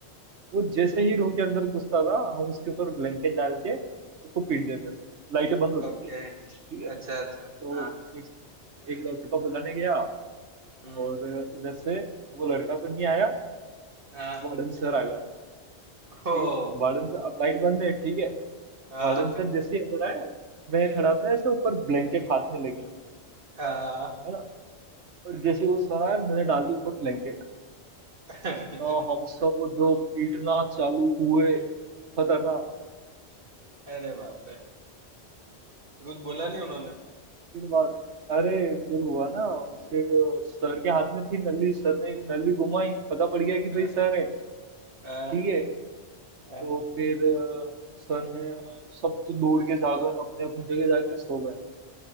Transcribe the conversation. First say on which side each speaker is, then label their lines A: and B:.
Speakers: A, on the right (about 80°); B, on the right (about 55°).
A: वो जैसे ही रूम के अंदर घुसता था हम उसके ऊपर ब्लैंकेट डाल के उसको पीट देते थे लाइटें बंद होती
B: ओके
A: थी ठीक है,
B: अच्छा अच्छा
A: तो
B: हाँ
A: एक एक लड़का बुलाने गया
B: हम्म
A: और इधर से वो लड़का तो नहीं आया
B: हाँ
A: वार्डन सर आ गया
B: हो
A: ठीक है वार्डन सर अब लाइट बंद है ठीक है
B: आ,
A: वार्डन सर जैसे ही अंदर आया मैं खड़ा था ऐसे ऊपर ब्लैंकेट हाथ में लेके
B: आ,
A: है ना और जैसे वो सर आया मैंने डाल दी ऊपर ब्लैंकेट
B: <laughs>
A: ना हम सब वो जो पीटना चालू हुए खतरनाक
B: अरे बाप रे तो कुछ बोला नहीं उन्होंने
A: फिर बाद अरे फिर हुआ ना फिर सर के हाथ में थी नली सर ने नली घुमाई पता पड़ गया कि
B: आ,
A: भाई सर है ठीक
B: आ,
A: है
B: हाँ।
A: तो फिर अ, सन अ, सब तो दूर के जागन अपने अपनी जगह जाके सो गए